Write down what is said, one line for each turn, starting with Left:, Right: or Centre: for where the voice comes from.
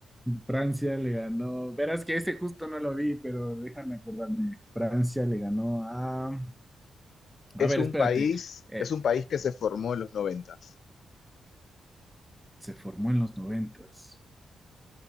Centre: Francia le ganó. Verás que ese justo no lo vi, pero déjame acordarme. Francia le ganó a.
Left: Es
Centre: A ver,
Left: un
Centre: espérate.
Left: país,
Centre: Eh,
Left: es un país que se formó en los noventas.
Centre: se formó en los noventas.